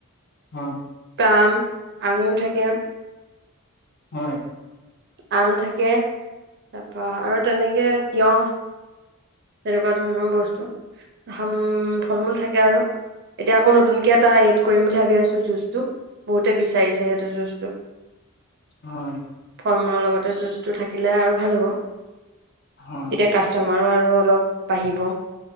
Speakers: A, on the left; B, on the right.
A: হয়।
B: আম, আঙুৰ থাকে।
A: হয়।
B: আম থাকে তাৰপৰা আৰু তেনেকে তিয়হ তেনেকুৱা ধৰণৰ বস্তু ফল মূল থাকে আৰু এতিয়া আকৌ নতুনকে এটা এড কৰিম বুলি ভাবি আছোঁ জুচটো বহুতে বিচাৰিছে সেইটো জুচটো
A: হয়
B: ফল মূলৰ লগতে জুচটো থাকিলে আৰু ভাল হ'ব।
A: হয়
B: এতিয়া কাষ্টমাৰো আৰু অলপ বাঢ়িব।